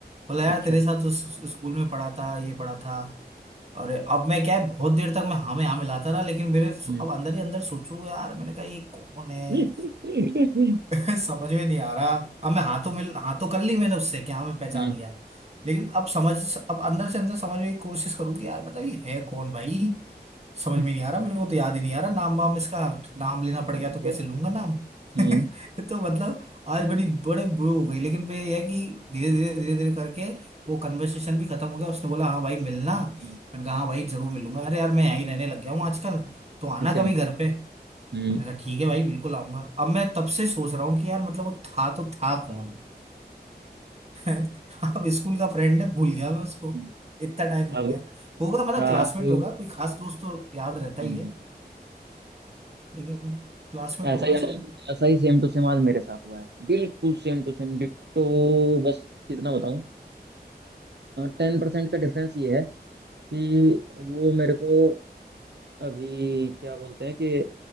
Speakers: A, on the right (about 40°); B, on the right (about 85°).
A: बोला यार
B: अच्छा
A: तेरे साथ तो स- स- स्कूल में पढ़ा था ये पढ़ा था और अब मैं क्या है बहुत देर तक मैं हाँ में हाँ मिलाता रहा लेकिन मेरे सो-
B: हम्म
A: अब अंदर ही अंदर सोचू यार मैंने कहा ये कौन है
B: हम्म
A: <laughs> समझ में नहीं आ रहा अब मैं हाथों मिल हाथों कर ली मैंने उससे क्या मैं पहचान
B: हम्म,
A: गया लेकिन अब समझ अब अंदर से अंदर समझने की कोशिश करूँ कि यार मतलब ये है कौन भाई समझ
B: हम्म,
A: में नहीं आ रहा मेरे को तो याद ही नहीं आ रहा नाम वाम इसका नाम लेना पड़
B: अच्छा
A: गया तो कैसे लूंगा नाम
B: हम्म
A: <laughs>
B: हम्म,
A: तो मतलब आज बड़ी बड़े बुरे हो गई लेकिन फिर यह है कि धीरे धीरे धीरे धीरे करके वो कन्वर्सेशन भी खत्म हो गया उसने बोला हाँ भाई मिलना
B: हम्म,
A: मैंने कहा हाँ भाई जरूर मिलूंगा अरे यार मैं यहीं रहने लग गया हूँ आजकल तो आना
B: अच्छा
A: कभी घर पे
B: हम्म
A: मैंने कहा ठीक है भाई बिल्कुल आऊंगा अब मैं तब से सोच रहा हूँ कि यार मतलब वो था तो था कौन <laughs> अब स्कूल का फ्रेंड है भूल गया मैं उसको
B: हम्म,
A: इतना टाइम हो
B: अब
A: गया होगा मतलब
B: आप
A: क्लासमेट
B: हम्म
A: होगा कोई खास दोस्त तो याद रहता
B: हम्म
A: ही है लेकिन क्लासमेट
B: ऐसा
A: होगा
B: ही आज
A: शायद
B: ऐसा ही सेम टू सेम आज मेरे साथ हुआ है बिल्कुल सेम टू सेम डिट्टो बस कितना बताऊं टेन परसेंट का डिफरेंस ये है कि वो मेरे को अभी क्या बोलते हैं कि